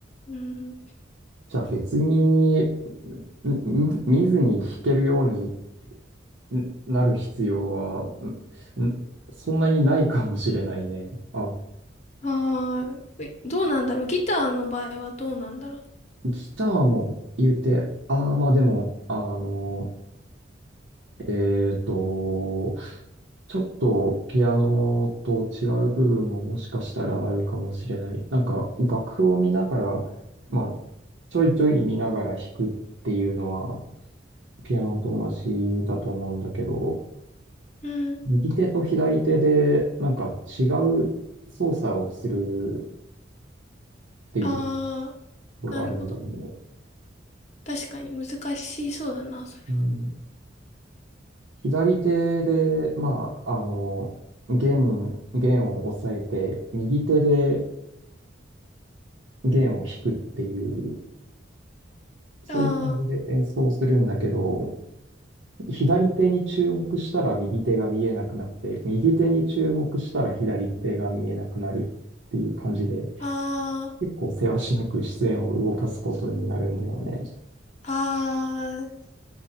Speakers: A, on the left; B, on the right.
A: うん、
B: じゃあ別に、みみ見ずに弾けるようにんなる必要は、んんそんなにないかもしれないね。あ、
A: ああ、えどうなんだろう。ギターの場合はどうなんだろう。
B: ギターも言うて、ああ、まあでも、あの、えっと、ちょっとピアノと違う部分ももしかしたらあるかもしれない。なんか楽譜を見ながら、まあ、ちょいちょい見ながら弾くっていうのは、ピアノと同じだと思うんだけど、
A: うん、
B: 右手と左手でなんか違う操作をするっていう
A: ああ、
B: ことがあるんだよね。
A: なるほど。確かに難しそうだな、それは。
B: うん、左手で、まあ、あの、弦、弦を押さえて、右手で弦を弾くっていう、そういう感じで演奏するんだけど、
A: あ
B: 左手に注目したら右手が見えなくなって、右手に注目したら左手が見えなくなるっていう感じで、
A: あ、あ
B: 結構せわしなく視線を動かすことになるんだよね。
A: あ、ああ、